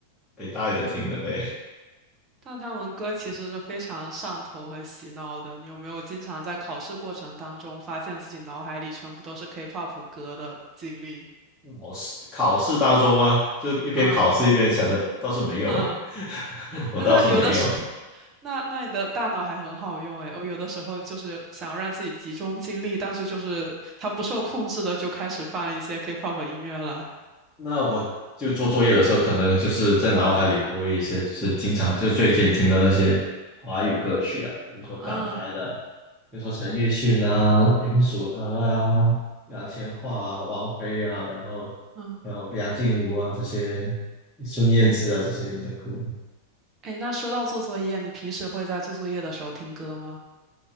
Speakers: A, in the centre; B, on the right.
A: 被带着听的呗。
B: 嗯。但他们歌其实是非常上头和洗脑的。你有没有经常在考试过程当中发现自己脑海里全部都是 K-pop 歌的经历？
A: 考试考试当中啊，就一边考试一边想着，
B: 嗯
A: 倒是没有啊，
B: 嗯
A: <laughs> 我倒是没有。
B: 那那有的是，<laughs> 那那你的大脑还很好用诶，我有的时候就是想要让自己集中精力，但是就是它不受控制的就开始放一些 K-pop 音乐了。
A: 那我就做作业的时候，可能就是在脑海里播一些，就是经常就最近听的那些华语歌曲啊，
B: 嗯
A: 比如说港台的，
B: 嗯
A: 比如说陈奕迅啊、林祖儿啊、杨千嬅啊、王菲啊，然后
B: 嗯，
A: 还有梁静茹啊这些，孙燕姿啊这些人的歌，
B: 哎，那说到做作业，你平时会在做作业的时候听歌吗？